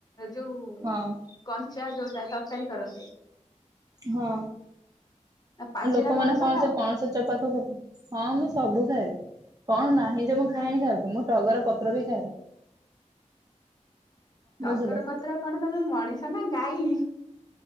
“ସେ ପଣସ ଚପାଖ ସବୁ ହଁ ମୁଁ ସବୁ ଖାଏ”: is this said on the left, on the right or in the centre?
Right